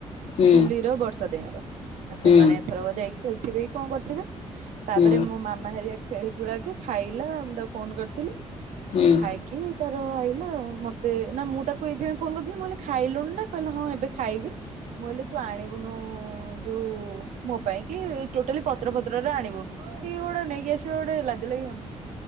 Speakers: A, on the left; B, on the right.
A: ହୁଁ
B: ଜୁଲି ର ବର୍ଷା ଦେଇ ଙ୍କର ଆଉ
A: ହୁଁ
B: ସେମାନେ ଏଥରକ ଯାଇକି ଖେଳିଥିବେ କି କଣ କରିଥିବେ। ତାପରେ
A: ହୁଁ
B: ମୋ ମାମା ହେରିକା ଖେଳି ଖୁଳା କି ଖାଇଲା ମୁଁ ତାକୁ ଫୋନ୍ କରିଥିଲି
A: ହୁଁ
B: ହେଠୁ
A: ହୁଁ
B: ଖାଇ କି ତାର ଆଇଲା ଆଉ ମତେ ନା ମୁଁ ତାକୁ ଏଇଥିପାଇଁ ଫୋନ୍ କରିଥିଲି ମୁଁ କହିଲି ଖାଇଲୁଣି ନା କହିଲା ହଁ ଏବେ ଖାଇବି। ମୁ ଅଲି ତୁ ଆଣିବୁନୁ ଯୋଉ ମୋ ପାଇଁ କି ଟୋଟାଲି ପତ୍ର ପତ୍ରରେ ଆଣିବୁନୁ ଇଏ ଗୋଟେ ନେଇକି ଆସିବ ଗୋଟେ ଲାଜ ଲାଗିବନି ନା